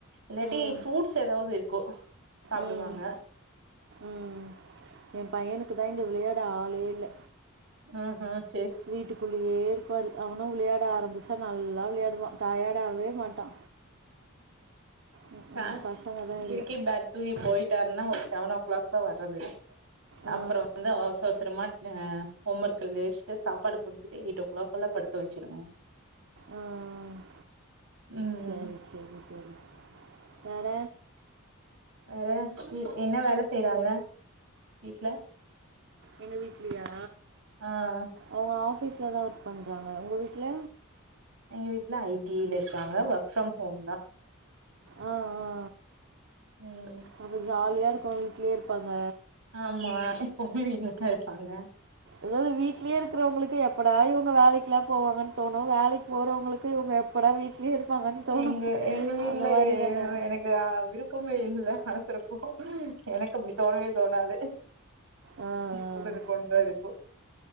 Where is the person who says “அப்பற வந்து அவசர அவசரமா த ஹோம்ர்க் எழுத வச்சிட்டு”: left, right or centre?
Right